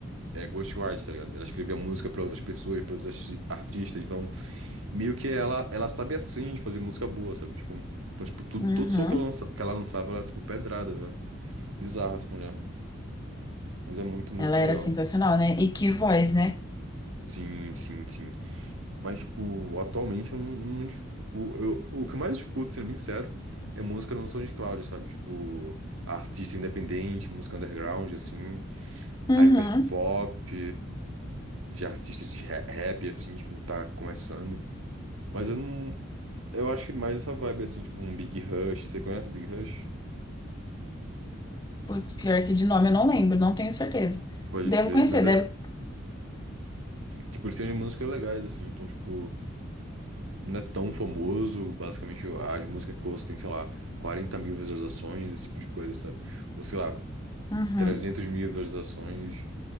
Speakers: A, on the right (about 85°); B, on the left (about 20°).
A: é ghostwriter, tá ligado? Ela escrevia música pra outras pessoas, pra outros arti- artistas, então meio que ela ela sabe assim de fazer música boa, sabe? Tipo, então tipo, tudo
B: uhum.
A: todo som que ela lança- que ela lançava era tipo pedrada, velho. Bizarra essa mulher, mas é muito muito
B: Ela
A: legal.
B: era sensacional, né? E que voz, né?
A: Sim, sim, sim. Mas tipo, atualmente eu não, não escuto, eu, o que eu mais escuto, sendo bem sincero, é música no SoundCloud, sabe? Tipo, artista independente, música underground assim,
B: Uhum.
A: hyperpop, de artista de ra- rap assim, tipo, tá começando. Mas eu não. Eu acho que mais essa vibe, assim, tipo, um Big Rush. Você conhece Big Rush?
B: Putz, pior que de nome eu não lembro, não tenho certeza.
A: Pode
B: Devo
A: crer,
B: conhecer,
A: mas é.
B: deve.
A: Tipo, eles têm umas músicas legais, assim, então, tipo, não é tão famoso. Basicamente, as músicas que eu ouço tem, sei lá, 40 mil visualizações, esse tipo de coisa, sabe? Ou sei lá,
B: Uhum.
A: 300 mil visualizações.